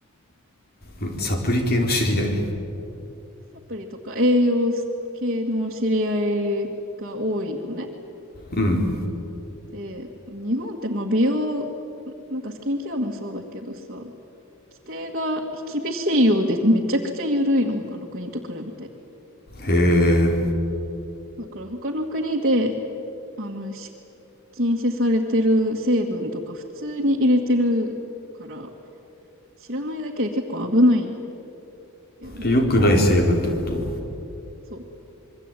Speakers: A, on the left; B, on the right.
A: うんサプリ系の知り合い
B: そのサプリとか栄養系の知り合いが多いのね。
A: うん
B: で、日本ってまあ美容、なんかスキンケアもそうだけどさ、規定が厳しいようでめちゃくちゃ緩いの、他の国と比べて。
A: へえ
B: だから他の国で、あの、し禁止されてる成分とか普通に入れてるから、知らないだけで結構危ないんだよね。
A: 良くない成分ってこと
B: そう。